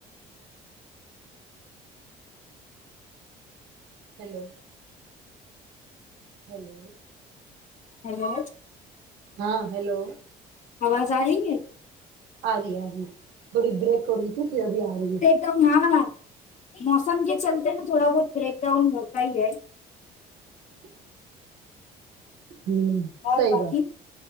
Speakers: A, on the right; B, on the left.
A: ہیلو ہیلو
B: ہیلو
A: ہاں ہیلو
B: آواز آ رہی ہے
A: آ رہی ہے آ رہی تھوڑی بریک ہو رہی تھی پھر ابھی آ رہی ہے
B: تو ہاں موسم کے چلتے نا تھوڑا بہت بریک ڈاؤن ہوتا ہی ہے
A: ج ہوں
B: اور
A: صحیح
B: باقی
A: بات